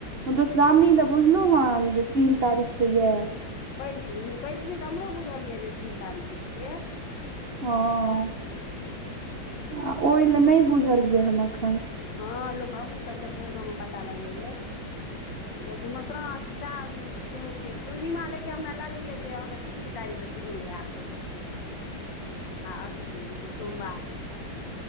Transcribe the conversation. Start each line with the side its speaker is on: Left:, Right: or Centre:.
Right: मधुश्रमणि दऽ बुझलहु हन जे तीन तारीखसे यै।
Left: पञ्चमी पञ्चमी तऽ हमरो बुझल यए जे तीन तारीख छियै।
Right: ओ।
Left: ह।
Right: आ ओहि लए नहि बुझलियै हन एखन।
Left: हँ, लोक हमहूँसभ देखबै गावमे पता लगेबै। लेकिन मौसुरावव तीसा की कहैत छै, पूर्णिमा लेऽ हमरा लागैयए जे अहाँकेँ। तीने तारीखसँ शुरू हैत अथि सोमवारी।